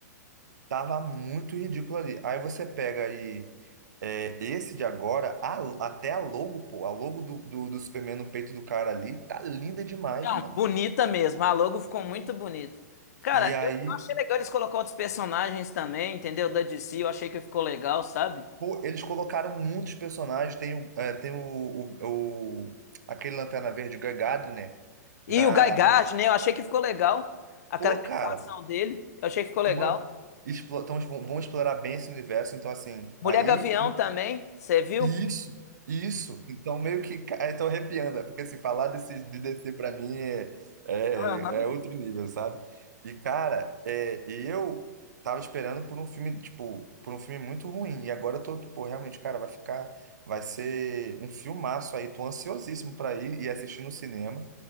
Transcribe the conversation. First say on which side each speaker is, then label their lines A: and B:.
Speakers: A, on the right; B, on the left.
A: tava muito ridículo ali. Aí você pega aí é, esse de agora, a- até a logo, pô, a logo do, do, do Superman no peito do cara ali, tá linda demais,
B: Não,
A: mano.
B: bonita mesmo. A logo ficou muito bonita. Cara,
A: E aí,
B: eu, eu achei legal eles colocar outros personagens também, entendeu? Da DC, eu achei que ficou legal, sabe?
A: pô, eles colocaram muitos personagens. Tem, o- é, tem o, o, o- aquele Lanterna Verde, o Guy Gardner, né?
B: E o Guy Gard,
A: na...
B: né? Eu achei que ficou legal. A
A: Pô,
B: caracterização
A: cara,
B: dele, eu achei que ficou legal.
A: mano, explo- tão- vão explorar bem esse universo, então assim,
B: Mulher
A: aí
B: Gavião também, você viu?
A: Isso, isso. Então, meio que. ca- é, Tô arrepiando, é porque se falar desse, de DC pra mim é, é,
B: Aham.
A: é outro nível, sabe? E, cara, é, eu tava esperando por um filme, tipo, por um filme muito ruim. E agora eu tô, tipo, realmente, cara, vai ficar. Vai ser um filmaço aí. Tô ansiosíssimo pra ir e assistir no cinema.